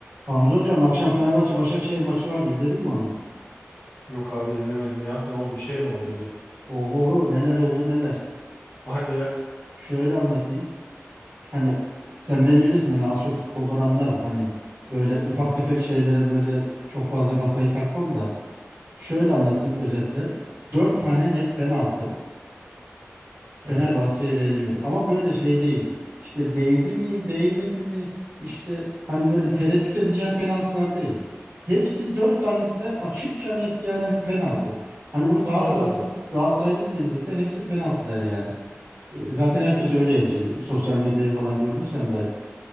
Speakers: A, on the right; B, on the left.
A: Hamza hocam akşam Fenerbahçe Başakşehir maçı vardı izledin mi onu?
B: Yok abi izlemedim ya. Ne oldu? Bir şey mi oldu yine?
A: Oho neler oldu neler.
B: <laughs> Hadi ya.
A: Şöyle anlatayım. Hani sen beni bilirsin hani az çok futboldan anlarım. Hani böyle ufak
B: Hı hı.
A: tefek şeylere böyle çok fazla kafayı takmam da. Şöyle anlatayım özetle. Dört tane net penaltı.
B: Evet.
A: Fenerbahçe'ye verilmedi. Ama böyle şey değil. İşte değdi mi, değmedi mi? İşte hani böyle tereddüt edeceğim penaltılar değil. Hepsi dört tanesi de açıkça net yani hani penaltı. Hani bunu Galatasaraylısı,
B: Allah Allah.
A: Galatasaraylısı da izlese hepsi penaltı der yani. E, Zaten herkes öyle yazıyor. Sosyal medyaya falan gördüysen belki.